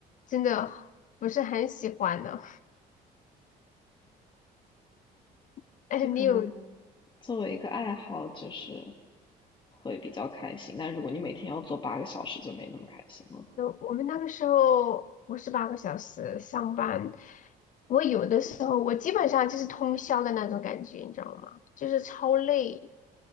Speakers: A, on the left; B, on the left.
A: 真的不是很喜欢了。<laughs> 哎，
B: 就可能
A: 你有
B: 作为一个爱好，就是会比较开心。但如果你每天要做八个小时，就没那么开心了。
A: 那我们那个时候五十八个小时上班，我有的时候我基本上就是通宵的那种感觉，你知道吗？就是超累，